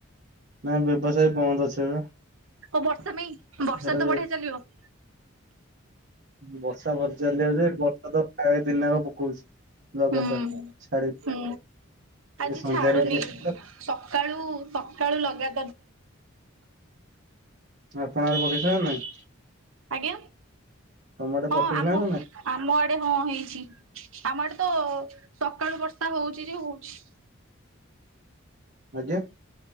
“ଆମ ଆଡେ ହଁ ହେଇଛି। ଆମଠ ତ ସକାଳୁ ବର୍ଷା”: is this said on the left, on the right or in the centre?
Right